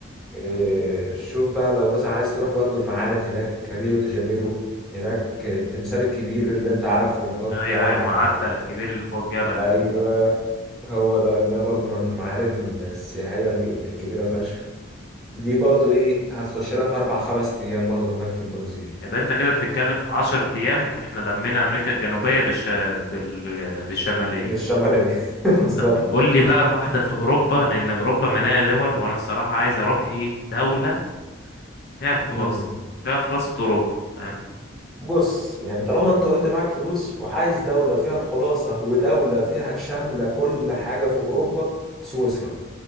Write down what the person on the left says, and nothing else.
ايوه ايوه المعتق الكبير اللي فوق الجبل
ده
يبقى انت كده بتتكلم في عشر ايام احنا لمينا امريكا الجنوبيه بالش... بال... بالشماليه
طب قول لي بقى واحده في اوروبا لان اوروبا مليانه دول وانا الصراحه عايز اروح ايه دوله فيها الخلاصه
فيها خلاصه اوروبا فاهم